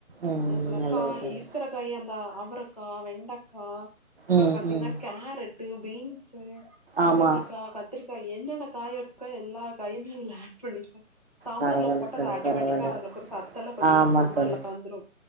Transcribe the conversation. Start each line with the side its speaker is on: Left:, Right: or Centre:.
Right: ம்
Left: சிலபலக்கா
Right: நல்லது தோழி
Left: இருக்குற காயி அந்த அவரக்கா வெண்டக்கா அப்பறோ
Right: ம்
Left: பாத்தீங்கன்னா
Right: ம்
Left: கேரட்டு பீன்சு முருங்கக்கா
Right: ஆமா
Left: கத் திரிக்கா என்னென்ன காயியக்கோ எல்லா காயுமே அதுல ஆட் பண்ணிருவே சாம்பார்ல
Right: பரவால்ல
Left: போட்டாக்கா
Right: தோழி
Left: ஆட்டோமேட்டிக்கா
Right: பரவால்ல
Left: அது ஒரு சத்தெல்லா பாத்தீங்கன்னா
Right: ஆமா
Left: சாம்பார்லா
Right: தோழி
Left: வந்துரு